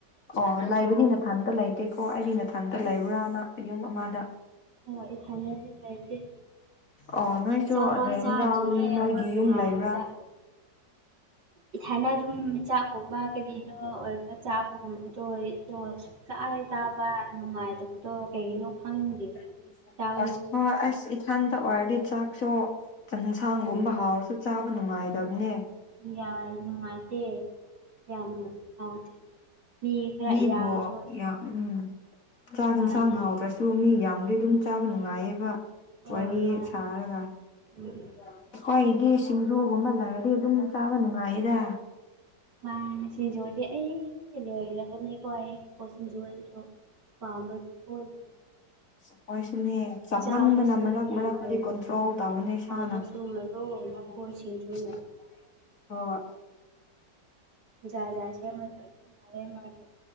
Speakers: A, on the left (about 50°); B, on the right (about 75°).
A: ꯑꯣ ꯂꯩꯕꯗꯤ ꯅꯊꯟꯇ ꯂꯩꯇꯦꯀꯣ ꯑꯩꯗꯤ ꯅꯊꯟꯇ ꯂꯩꯕ꯭ꯔꯥꯅ ꯌꯨꯝ ꯑꯃꯗ
B: ꯍꯣꯏ ꯏꯊꯟꯇꯗꯤ ꯂꯩꯇꯦ
A: ꯑꯣ ꯅꯣꯏꯁꯨ
B: ꯆꯥ ꯐꯧ
A: ꯔꯦꯟꯔꯥ
B: ꯆꯥꯗ꯭ꯔꯤꯌꯦ
A: ꯅꯣꯏꯒꯤ
B: ꯃꯣꯏꯕꯨ
A: ꯌꯨꯝ
B: ꯉꯥꯏꯕꯗ
A: ꯂꯩꯕ꯭ꯔꯥ
B: ꯏꯊꯟꯗ ꯑꯗꯨꯝ ꯆꯥꯛꯒꯨꯝꯕ ꯀꯔꯤꯅꯣ ꯑꯣꯏꯕ ꯆꯥꯕꯒꯨꯝꯕꯗꯣ <unintelligible> ꯆꯥꯛ ꯍꯦꯛ ꯆꯥꯕ ꯅꯨꯡꯉꯥꯏꯇꯕꯗꯣ ꯀꯩꯒꯤꯅꯣ ꯈꯪꯗꯦ
A: <unintelligible>
B: ꯆꯥꯕ
A: ꯑꯁ ꯍꯣꯏ ꯑꯁ ꯏꯊꯟꯗ ꯑꯣꯏꯔꯗꯤ ꯆꯥꯛ ꯁꯣ ꯆꯟꯁꯥꯡꯒꯨꯝꯕ
B: ꯎꯝ
A: ꯍꯥꯎꯔꯁꯨ ꯆꯥꯕ ꯅꯨꯡꯉꯥꯏꯗꯕꯅꯦ
B: ꯎꯝ ꯌꯥꯝꯅ ꯅꯨꯡꯉꯥꯏꯇꯦ ꯌꯥꯝꯅ ꯍꯥꯎꯇꯦ ꯃꯤ ꯈꯔ
A: ꯃꯤꯕꯨ
B: ꯌꯥꯝꯁꯨ
A: ꯌꯥꯝ ꯎꯝ ꯆꯥꯛ
B: ꯃꯥꯅꯦ
A: ꯍꯦꯟꯁꯥꯡ ꯍꯥꯎꯇ꯭ꯔꯁꯨ ꯄꯨ ꯃꯤ ꯌꯥꯝꯃꯗꯤ ꯑꯗꯨꯝ ꯆꯥꯕ ꯅꯨꯡꯉꯥꯏꯌꯦꯕ
B: ꯍꯣꯏ
A: ꯋꯥꯔꯤ
B: ꯃꯥꯅꯦ
A: ꯁꯥꯔꯒ ꯑꯩꯈꯣꯏꯒꯤꯗꯤ
B: ꯎꯝ
A: ꯁꯤꯡꯖꯨꯒꯨꯝꯕ ꯂꯩꯔꯗꯤ ꯑꯗꯨꯝ ꯆꯥꯕ ꯅꯨꯡꯉꯥꯏꯌꯦꯗ
B: ꯃꯥꯅꯦ ꯁꯤꯡꯖꯨ ꯑꯩ ꯂꯣꯏꯔꯕꯅꯦꯀꯣ ꯑꯩꯗꯤꯀꯣ ꯁꯤꯡꯖꯨ ꯑꯣꯏꯔꯗꯤ ꯗꯨꯝ ꯄꯥꯝꯕꯗꯨ ꯈꯣꯏꯒꯤ
A: <unintelligible> ꯈꯣꯏꯁꯨꯅꯦ ꯆꯥꯞꯃꯟꯗꯅ
B: ꯆꯥꯕꯁꯤꯗꯤ
A: ꯃꯔꯛ ꯃꯔꯛꯇꯗꯤ
B: ꯂꯣꯏꯔꯕꯅꯦ
A: ꯀꯟꯇ꯭ꯔꯣꯜ
B: ꯑꯩꯗꯤ
A: ꯇꯧꯕꯅꯦ ꯏꯁꯥꯅ
B: ꯍꯥꯎꯕꯁꯨ
A: <unintelligible>
B: ꯃꯔꯣꯜ ꯑꯃ ꯀꯣꯏ ꯁꯤꯡꯖꯨꯅ
A: ꯍꯣ ꯍꯣꯏ
B: ꯖꯥꯠ ꯖꯥꯠ ꯁꯦꯝꯔꯁꯨ ꯑꯗꯨꯝ ꯍꯥꯎꯋꯦ ꯃꯥꯗꯤ